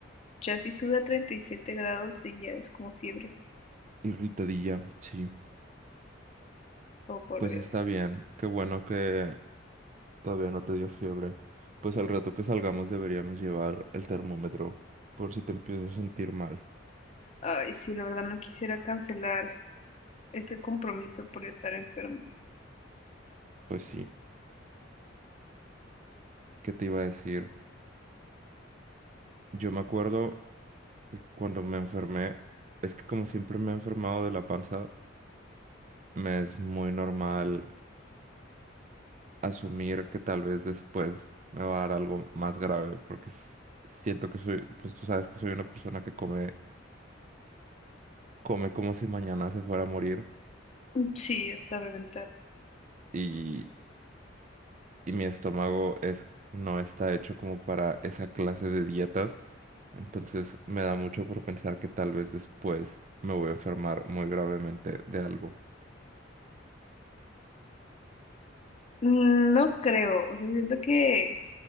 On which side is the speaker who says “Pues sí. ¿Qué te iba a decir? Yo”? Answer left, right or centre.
Right